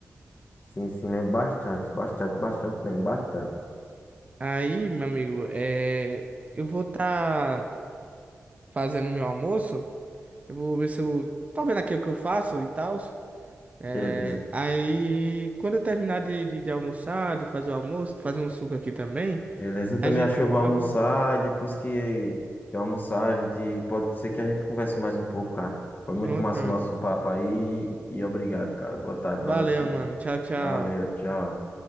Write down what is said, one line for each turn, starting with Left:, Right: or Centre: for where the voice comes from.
Left: Sim, sim, lembro bastante, bastante, bastante mesmo, bastante.
Right: Aí, meu amigo, é, eu vou estar fazendo meu almoço. Eu vou ver se eu. Tô vendo aqui o que eu faço e tal. É,
Left: Beleza.
Right: aí, quando eu terminar de, de, de almoçar, de fazer o almoço, de fazer um suco aqui também.
Left: Beleza, eu também
Right: A gente
Left: acho que eu
Right: pode.
Left: vou almoçar e depois que, que eu almoçar, a gente pode ser que a gente converse mais um pouco, cara. Foi muito
Right: Pronto,
Left: massa
Right: meu
Left: o
Right: amigo.
Left: nosso papo aí e obrigado, cara. Boa tarde
Right: Valeu,
Left: pra você.
Right: mano. Tchau, tchau.
Left: Valeu, tchau.